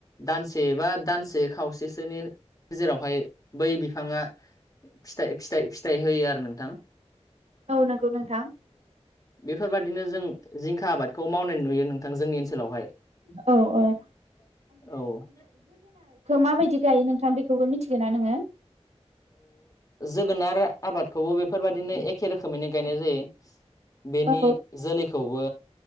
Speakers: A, on the left; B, on the right.
A: दानसे बा दानसे खावसेसोनि जेरावहाय बै बिफाङा फिथाय, फिथाइ फिथाइ होयोआरो नोंथां।
B: औ नंगौ नोंथां।
A: बेफोरबायाददिनो जों जिंखा आबादखौ मावनाय नुयो नोंथां जोंनि ओनसोलावहाय।
B: औ-औ
A: औ-औ
B: माबायदि गायो नोंथां बेखौबो मिथिगोना नोङो?
A: जोगोनार आबादखौबो बेफोरबाददिनो एखे रोखोमैनो गायनाय जायो। बेनि
B: औ
A: जोलैखौबो